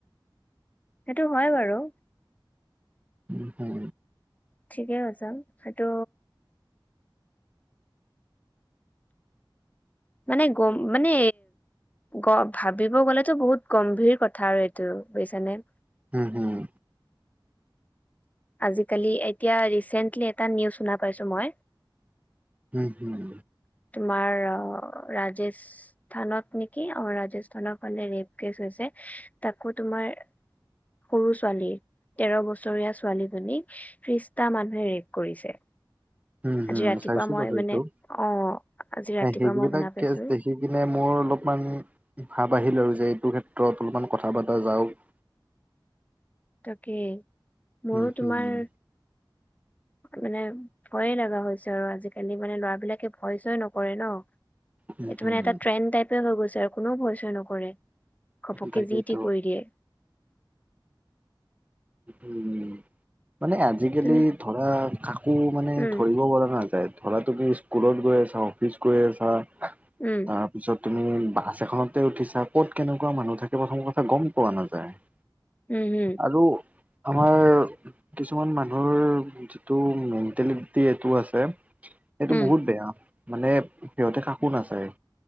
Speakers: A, on the left; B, on the right.
A: সেইটো হয় বাৰু।
B: উম, হম।
A: ঠিকেই কৈছা সেইটো মানে গম, মানে গ ভাবিব গ'লেতো বহুত গম্ভীৰ কথা আৰু এইটো বুজিছানে?
B: উম হুম।
A: আজিকালি এতিয়া ৰিচেন্টলি এটা নিউজ শুনা পাইছো মই।
B: হুম-হুম।
A: তোমাৰ অ', ৰাজেশ। স্থানত নেকি অ ৰাজস্থানৰ ফালে ৰেপ কেচ হৈছে তাকো তোমাৰ। সৰু ছোৱালী, তেৰ' বছৰীয়া ছো ছোৱালীজনীক ত্ৰিশটা মানুহে ৰেপ কৰিছে।
B: উম হুম
A: আজি ৰাতিপুৱা
B: চাইছো
A: মই
B: বাৰু
A: মানে
B: এইটো
A: অ আজি ৰাতিপুৱা
B: সেইবিলাক
A: মই শুনা পাইছো
B: কেচ দেখ পিছদিনাই মোৰ অলপমান ভাৱ আহিলে আৰু যে এইটোৰ ক্ষেত্ৰত অলপমান কথা পাতা যাওক।
A: তাকে,
B: যাওক
A: মোৰো তোমাৰ। মানে ভয়ে লগা হৈ হৈছে আৰু আজিকালি মানে ল'ৰাবিলাক। কে ভয় চয় নকৰে ন
B: উম,
A: এইটো
B: হুম
A: মানে এটা ট্ৰেণ্ড টাইপে হৈ গৈছে আৰু কোনেও ভয় চয় নক কৰে ঘপকে
B: তাকেইতো
A: যিটি কৰি দিয়ে।
B: উম মানে আ আজিকালি
A: তুমি
B: ধৰা, কাকো মানে
A: উম
B: ধৰিব পৰা নাযায়। ধৰা টো কি স্কুলত গৈ আছা অফিচ গৈ আছা তাৰ
A: উম
B: তাৰপিছত তুমি বাছ এখনতে উঠিছা ক'ত কেনেকুৱা মানুহ থাকে প্ৰথম কথা গম পোৱা নাযায়। <inaudible>
A: উম হম।
B: আৰু। আমাৰ। কিছুমান মানুহৰ যিটো মেণ্টেলিটি এইটো আছে। সেইটো
A: উম
B: বহুত বেয়া, মানে সিহঁতে কাকো নাচায়।